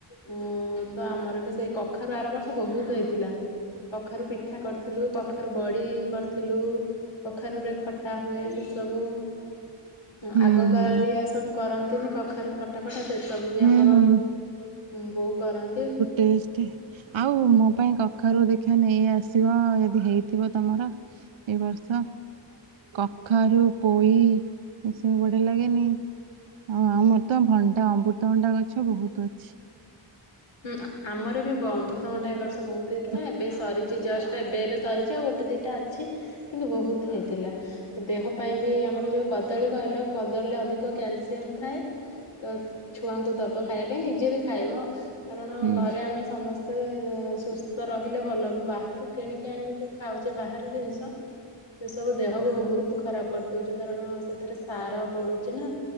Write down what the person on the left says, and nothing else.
ହୁଁ ତ ଆମର ବି ସେଇ କଖାରୁ ଆର ବର୍ଷ ବହୁତ ହେଇଥିଲା। କଖାରୁ ପିଠା କରିଥିଲୁ କଖାରୁ ବଡ଼ି କରିଥିଲୁ କଖାରୁରେ ଖ ତା ହୁଏ ସେ ସବୁ ହଁ
ଆଗ
କାଳିଆ ସବୁ କରନ୍ତିନି କଖାରୁ ଖ ଟା କଟା ସେ ସବୁ ବି
ଆମର
ଉଁ ବୋଉ କରନ୍ତି।
ହୁଁ ଆମର ବି ବ ଅମ୍ବୃତଭଣ୍ଡା ଏ ବର୍ଷ ବହୁତ ହେଇଥିଲା
ଏବେ ସରି ଚି ଜଷ୍ଟା ଏବେ ଏବେ ସରିଚି ଆଉ ଗୋଟେ ଦିଟା ଅଛି କିନ୍ତୁ ବହୁତ ହେଇଥିଲା। ଦେହ ପାଇଁ ବି ଆମର ଯୋଉ କଦଳୀ କହିଲ କଦଳୀରେ ଅଧିକ କ୍ୟାଲସିୟମ ଥାଏ। ତ ଛୁଆଙ୍କୁ ଦବ ଖାଇବା ପାଇଁ ନିଜେ ବି ଖାଇବ କାରଣ
ଘରେ ଆମେ ସମସ୍ତେ ସୁସ୍ଥ ରହିଲେ ଭଲ ବି ବାହାରୁ କିଣିକି ଆଣିକି ଯୋଉ ଖାଉଚେ ବାହାର ଜିନିଷ ଏସବୁ ଦେହକୁ ବହୁତ ଖରାପ କରି ଦୋଉଚି କାରଣ ସେଥିରେ ସାର ପଡ଼ୁଚି ନା।